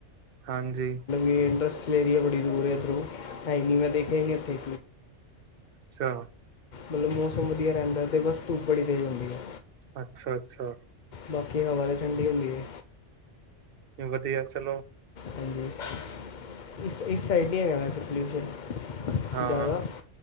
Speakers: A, on the right (about 55°); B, on the left (about 50°).
A: ਹਾਂਜੀ।
B: ਇੰਡਸਟਰੀਲ ਏਰੀਆ ਬੜੀ ਦੂਰ ਹੈ ਇੱਧਰੋਂ, ਟਾਈ ਮੈਂ ਦੇਖੇ ਇੱਥੇ
A: ਅੱਛਾ।
B: ਮਤਲਬ, ਮੌਸਮ ਵਧੀਆ ਰਹਿੰਦਾ ਤੇ ਬਸ ਧੂਪ ਬੜੀ ਤੇਜ਼ ਆਂਦੀ ਹੈ।
A: ਅੱਛਾ, ਅੱਛਾ।
B: ਬਾਕੀ ਹਵਾ ਤਾਂ ਠੰਡੀ ਹੁੰਦੀ ਹੈ।
A: ਵਧੀਆ ਚਲੋ।
B: ਹਾਂਜੀ। ਇਸ, ਇਸ ਸਾਈਡ ਨੀ ਹੇਗਾ ਵੈਸੇ ਪੋਲਿਊਸ਼ਨ
A: ਹਾਂ
B: ਜ਼ਿਆਦਾ